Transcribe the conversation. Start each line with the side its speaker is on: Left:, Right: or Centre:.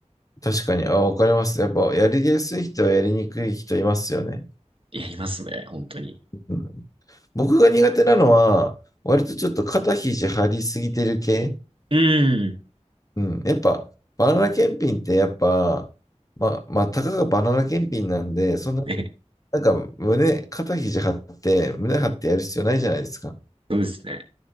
Left: 確かに。あ、わかります。やっぱ、やりやすい人はやりにくい人いますよね。
Right: いや、いますね、本当に。
Left: うん僕が苦手なのは、割とちょっと肩肘張りすぎてる系。
Right: うん。
Left: うん。やっぱ、バナナ検品ってやっぱ、まあ、まあ、たかがバナナ検品なんで、そんな、
Right: え、
Left: なんか胸、肩肘張って、胸張ってやる必要ないじゃないですか。
Right: そうですね。